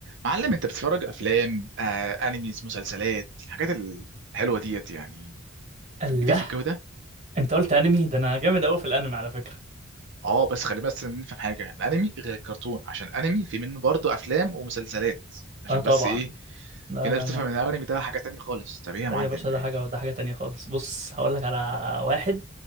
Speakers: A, on the right; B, on the right.
A: معلم انت بتتفرج افلام آه، انيميز مسلسلات الحاجات الحلوه ديت يعني في
B: الله
A: الجديد في الجو ده
B: انت قلت انمي ده انا جامد قوي في الانمي على فكرة
A: اه بس خلينا بس نفهم حاجه الانمي غير الكرتون عشان انمي في منه برضه افلام ومسلسلات عشان
B: اه طبعا
A: بس ايه
B: لا
A: في ناس
B: لا
A: بتفهم
B: لا
A: ان الانمي ده حاجه تانية خالص طب ايه يا معلم
B: ده يا باشا
A: ايه
B: ده حاجة ده حاجة تانية خالص بص هقول لك على واحد